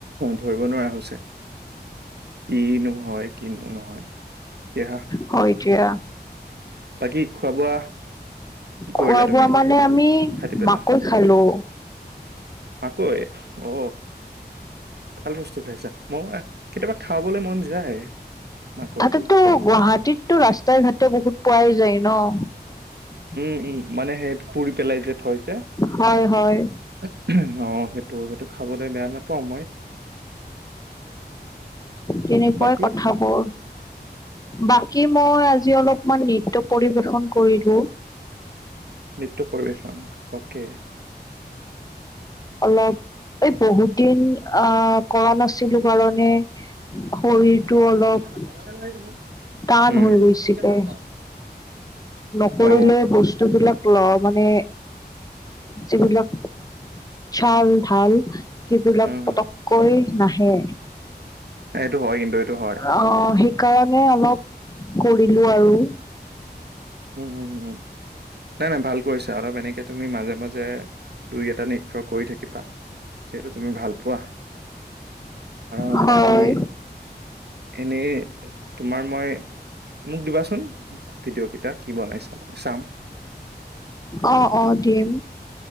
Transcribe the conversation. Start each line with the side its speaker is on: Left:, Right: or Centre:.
Right: ধৰিব নোৱাৰা হৈছে। কিনো হয় কিনো নহয়? এতিয়া
Left: হয় দিয়া।
Right: বাকী খোৱা বোৱা? কি
Left: খোৱা
Right: কৰিলা তুমি
Left: বোৱা মানে আমি
Right: ৰাতি পেলা
Left: মাকৈ খালো।
Right: মাকৈ অ ভাল বস্তু খায়চা ম কেতিয়াবা খাবলৈ মন যায়। মাকৈটো
Left: তাতেতো গুৱাহাটীততো ৰাস্তাই ঘাট বহুত পোৱাই যায় ন?
Right: উ মানে সেই পুৰি পেলাই যে থৈ যে
Left: হয় হয়
Right: অ সেইটো সেইটো খাবলৈ বেয়া নাপাওঁ মই।
Left: তেনেকুৱাই
Right: বাকী
Left: কথাবোৰ বাকী মই আজি অলপমান নিত্য পৰিবেশন কৰিলো।
Right: নৃত্য পৰিবেশন অকে।
Left: অলপ এই বহুত দিন আহ কৰা নাছিলো কাৰণে শৰীৰটো অলপ
Right: <unintelligible>
Left: টান
Right: উম
Left: হৈ গৈছিলে। নকৰিলে
Right: অ
Left: বস্তু বিলাক লওঁ মানে যিবিলাক ছাল ঢাল সেইবিলাক
Right: উম
Left: পটককৈ নাহে।
Right: এইটো হয় কিন্তু এইটো হয়।
Left: অ সেইকাৰণে অলপ কৰিলো আৰু।
Right: উম হম হুম নাই নাই ভাল কৰিছা অলপ এনেকে তুমি মাজে মাজে যে দুই এটা নৃত্য কৰি থাকিবা যিহেতু তুমি ভাল পোৱা। অ
Left: হয়
Right: বাকি এনেই তোমাৰ মই মোক দিবাচোন ভিডিঅ' কেইটাক। কি বনাইছ মই চাম।
Left: অ অ দিম